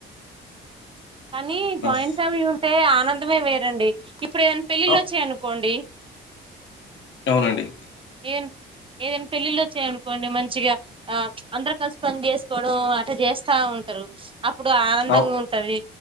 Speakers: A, on the right; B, on the left.
A: కానీ జాయింట్
B: స్
A: ఫ్యామిలీ ఉంటే ఆనందమే వేరండి ఇప్పుడు ఏదైనా పెళ్లిళ్లు
B: అ
A: వచ్చయనుకోండి
B: అవునండి
A: ఏం ఏదైనా పెళ్ళిళ్ళ వచ్చాయనుకోండి మంచిగా ఆ అందరు కలిసి పని చేసుకోవడం అట్ చేస్తా ఉ చేస్తా ఉంటారు అప్పు ఇప్పుడు ఆనందంగా
B: అవ్
A: ఉంటది